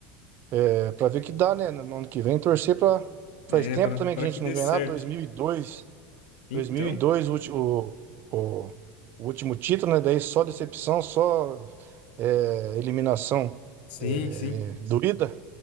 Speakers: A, on the right; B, on the left.
A: é, pra ver o que dá, né? No ano que vem, torcer pra.
B: É,
A: Faz tempo
B: pra,
A: também
B: pra
A: que a
B: que
A: gente
B: dê
A: não ganha
B: certo.
A: nada, dois mil e dois.
B: Então,
A: 2002, o, ulti- o, o- o último título, né? Daí só decepção, só é, eliminação
B: sim,
A: é,
B: sim.
A: doída.